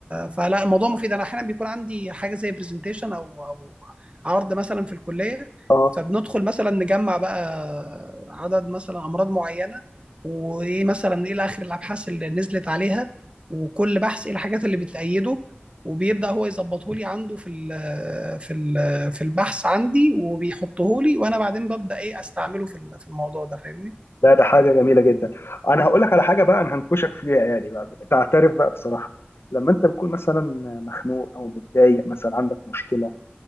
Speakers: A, on the right; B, on the left.
A: فلا الموضوع مفيد أنا أحيانا بيكون عندي حاجة زي برزنتيشن أو أو عرض مثلا في الكلية
B: اه
A: فبندخل مثلا نجمع بقى عدد مثلا أمراض معينة وإيه مثلا إيه آخر الأبحاث اللي نزلت عليها وكل بحث إيه الحاجات اللي بتأيده وبيبدأ هو يظبطه لي عنده في ال في ال في البحث عندي وبيحطه لي وانا بعدين ببدأ ايه استعمله في ال- في الموضوع ده فاهمني
B: لا ده حاجه جميله جدا انا هقول لك على حاجه بقى انا هنكشك فيها يعني بقى تعترف بقى بصراحه لما انت بتكون مثلا مخنوق او متضايق مثلا عندك مشكله